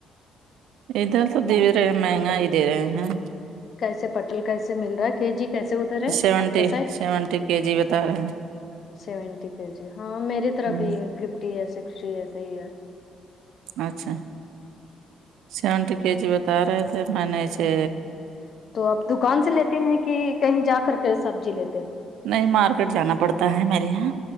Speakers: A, on the right; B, on the left.
A: ادھر تو دے رہے ہیں مہنگا ہی دے رہے ہیں
B: کیسے پٹل کیسے مل رہا ہے کے جی کیسے ادھر ہے
A: سیونٹی
B: آپ کا سائڈ
A: سیونٹی کے جی بتا رہے
B: سیونٹی کے جی ہاں میری
A: ہیں
B: طرف بھی فف ٹی ہے سکسٹی ایسے ہی ہے
A: اچھا سیونٹی کے جی بتا رہے تھے میں نے
B: ہ ہ
A: سے
B: تو آپ دکان سے لیتے ہیں کہ کہیں جا کر کے سبزی لیتے ہیں
A: نہیں مارکیٹ جانا پڑتا ہے میرے یہاں